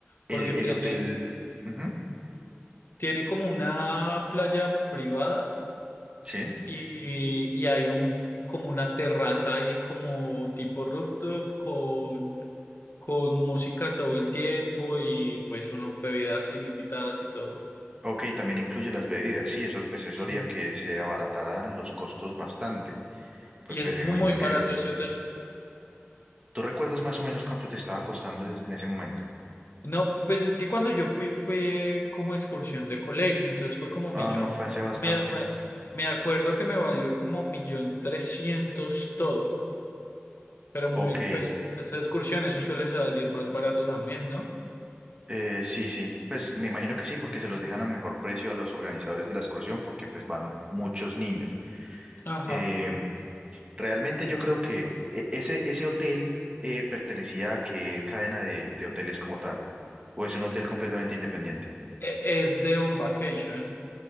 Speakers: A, on the left (about 60°); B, on the right (about 25°).
A: Porque
B: El, el
A: tiene,
B: hotel... ujú,
A: tiene como una playa privada
B: sí.
A: y, y hay un, como una terraza ahí como tipo rooftop con, con música todo el tiempo y pues unas bebidas ilimitadas y todo.
B: Ok, también incluye las bebidas. Sí, eso, pues eso
A: Sí.
B: haría que se abarataran los costos bastante. Porque
A: Y es
B: pues
A: muy
B: me imagino
A: barato
B: que
A: ese hotel.
B: tú recuerdas más o menos cuánto te estaba costando es- en ese momento.
A: No, pues es que cuando yo fui fue como excursión de colegio, entonces fue como
B: Ah,
A: millón.
B: no, fue hace bastante.
A: Me, me me acuerdo que me valió como millón trescientos todo, pero muy,
B: Ok,
A: pues esa excursión, eso suele salir más barato también, ¿no?
B: eh, sí, sí. Pues me imagino que sí, porque se los dejan a mejor precio a los organizadores de la excursión, porque pues van muchos niños.
A: Ajá.
B: Eh, realmente yo creo que e- ese, ese hotel eh, pertenecía a qué cadena de, de hoteles como tal, o es un hotel completamente independiente.
A: E- Es de On Vacation.